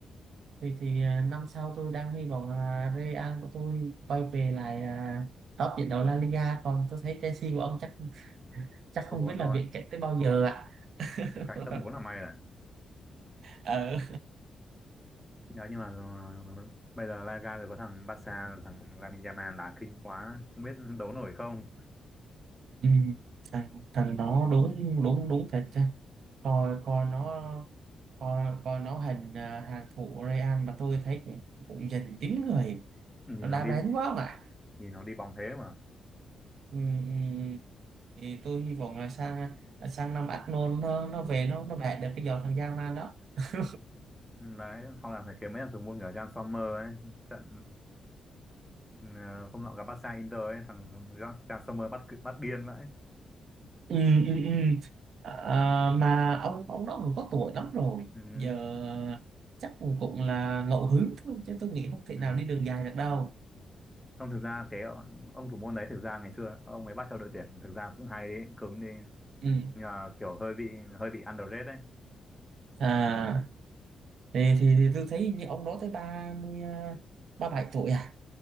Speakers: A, on the right (about 70°); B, in the centre.
A: thì thì à, năm sau tôi đang hy vọng là Real của tôi quay về lại à, top trận đấu La Liga còn tôi thấy Chelsea của ông chắc <laughs> chắc
B: top
A: không
B: bốn
A: biết
B: thôi
A: là viện chạy tới bao giờ ạ <laughs>
B: chạy top 4 là may rồi
A: Ờ.
B: Nhớ nhưng mà ừ, bây giờ Liga rồi có thằng Barca thằng Lamine Yamal đá kinh quá không biết đấu nổi không
A: ừ. thằng thằng đó đúng đúng đúng thật chứ coi coi nó coi coi nó hình à, hàng thủ Real mà tôi thấy cũng, cũng dành chín người
B: nhìn
A: nó đa
B: nó đi
A: bén quá mà
B: nhìn nó đi bóng thế mà
A: ừ, ừ, thì tôi hy vọng là sang sang năm Arnold nó nó về nó nó bẻ được cái giò thằng Yaman đó <laughs>
B: Ừ, đấy hoặc là phải kiếm mấy thằng thủ môn kiểu Jan Sommer ấy trận ừ, ừ, hôm nọ gặp Barca Inter ấy thằng Jan Jan Sommer bắt cự, bắt điên vậy
A: ừ, ừ, ừ. À, mà ông ông đó cũng có tuổi lắm rồi
B: Ừ,
A: giờ chắc cũng cũng là ngẫu hứng thôi chứ tôi nghĩ không thể
B: ừ.
A: nào đi đường dài được đâu
B: Không thực ra cái ờ, ông thủ môn đấy thực ra ngày xưa ông ấy bắt theo đội tuyển thực ra cũng hay đấy, cứng đi
A: ừ.
B: nhưng mà kiểu hơi bị hơi bị underrated đấy.
A: à thì, thì, thì tôi thấy như ông đó tới ba mươi à, ba bảy tuổi à?